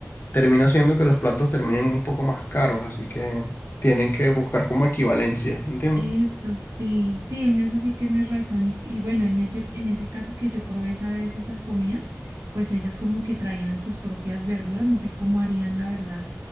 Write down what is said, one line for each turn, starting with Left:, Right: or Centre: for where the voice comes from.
Left: termina haciendo que los platos terminen un poco más caros, así que tienen que buscar como equivalencia, ¿entiendes?
Right: Eso sí, sí, en eso sí tienes razón. Y, y bueno, en ese, en ese caso que yo probé esa vez esas comidas, pues ellos como que traían sus propias verduras, no sé cómo harían, la verdad